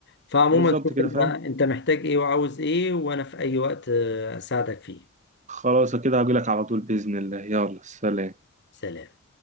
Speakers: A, on the left (about 50°); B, on the right (about 35°).
A: فعموما
B: بالظبط
A: شوف
B: كده
A: انت
B: فاهم
A: انت محتاج ايه وعاوز ايه وانا في اي وقت آه، اساعدك فيه
B: خلاص كده هجيلك على طول بإذن الله يلا سلام
A: سلام